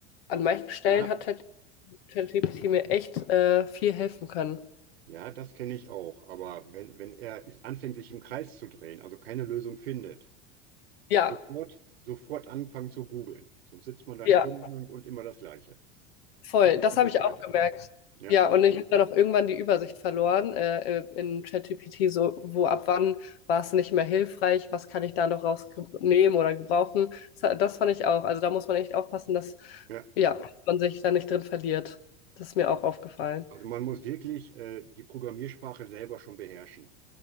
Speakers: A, on the left; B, on the right.
A: an manchen Stellen
B: Ja,
A: hat Chat- ChatGPT mir echt äh, viel helfen können.
B: ja, das kenne ich auch. Aber wenn, wenn er ist- anfängt, sich im Kreis zu drehen, also keine Lösung findet,
A: Ja,
B: sofort, sofort anfangen zu googeln. Sonst sitzt man da
A: ja.
B: stundenlang und immer das Gleiche.
A: Voll,
B: Kommt mit
A: das
B: ihm
A: habe
B: nicht
A: ich
B: weiter.
A: auch gemerkt.
B: Ja,
A: Ja, und ich habe dann auch irgendwann die Übersicht verloren äh, äh, in ChatGPT, so wo ab wann war es nicht mehr hilfreich, was kann ich da noch rausnehmen oder gebrauchen. Das, das fand ich auch. Also da muss man echt aufpassen, dass,
B: ja.
A: ja, dass man sich da nicht drin verliert. Das ist mir auch aufgefallen.
B: Also man muss wirklich äh, die Programmiersprache selber schon beherrschen,